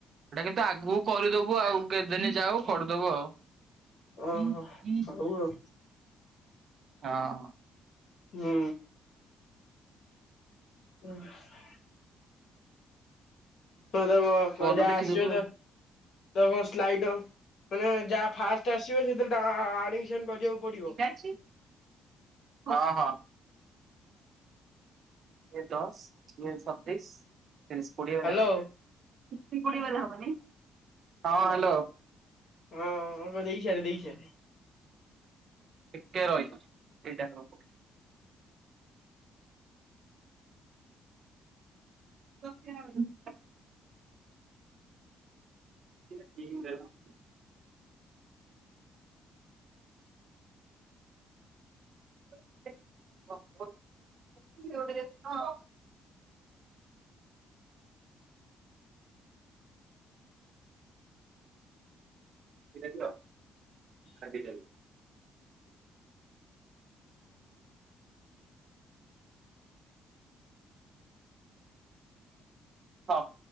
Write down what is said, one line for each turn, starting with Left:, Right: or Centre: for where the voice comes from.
Right: ଏଇଟା କିନ୍ତୁ ଆଗକୁ କରିଦବୁ ଆଉ କେତେଦିନି ଯାଉ କରିଦେବୁ ଆଉ।
Left: ଓହୋ
Right: ହଁ
Left: ହଉ ଆଉ।
Right: ହଁ।
Left: ହୁଁ। <inaudible> ହଁତ କ
Right: ଫୋନ୍
Left: ଯା
Right: ରୁ ଦେଖିଦବୁ
Left: ଆସିବ
Right: ଆଉ।
Left: ତ ତ କଣ ସ୍ଲାଇଡପ ମାନେ ଯାହା ଫାଷ୍ଟ ଆସିବ ସେଥିରେ ଆ ଆଡ଼ମିସନ କରିବାକୁ ପଡିବ?
Right: ଚାଛିି। ହଁ ହଁ। ଦଶ ଇଏ ସତେଇଶ ତିରିଶ କୋଡିଏ ହେଲା
Left: ହ୍ୟାଲୋ।
Right: ନ ନାଇ। ହଁ ହ୍ୟାଲୋ।
Left: ହଁ ଦେଇ ସାରେ ଦେଇ ସାରେ।
Right: ଟିକେ ରହିଥ ସେଇଟା ହବ। <inaudible> <unintelligible> <unintelligible> ଦିଟା ଦିଅ ଆଉ ଦିଟା ଦିଅ। ହଁ।